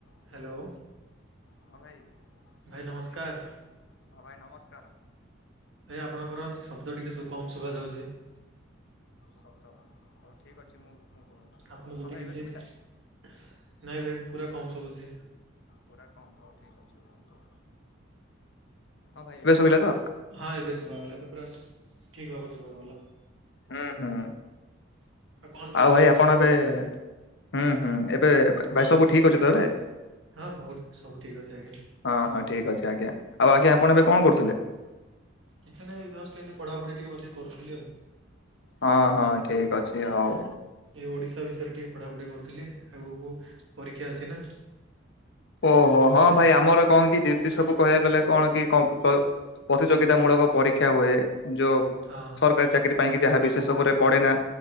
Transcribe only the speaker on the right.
ହାଲୋ।
ନମସ୍କାର।
ଭାଇ ଆପଣଙ୍କର ଶବ୍ଦ ଟିକେ କମ୍ ଶୁଭା ଯାଉଛି। <inaudible>
ଆପଣ ଯଦି
କିଛି
<inaudible> ନାଇଁ ଭାଇ ପୁରା କମ୍ ଶବୁଛି ।
ହଁ ଏବେ ଶୁବାଗଲା ଏବେ ପୁରା ଠିକ୍‌ ଭାବରେ ଶୁବା ଗଲା।
କଣ ଚାଲିଛି
ଆପଣଙ୍କର
ତାହେଲେ?
ହଁ ବହୁତ ସବୁ
ଠିକ୍ ଅଛି ଆଜ୍ଞା।
କିଛି ନାହିଁ ଜଷ୍ଟ ଏମିତି ପଢାପଢି ଟିକେ ବସିକି କରୁଥିଲି ଆଉ।
ଏ ଓଡିଶା ବିଷୟରେ ଟିକେ ପଢ଼ାପଢି କରୁଥିଲି ଆଗକୁ ପରୀକ୍ଷା ଅଛିନା।
ହଁ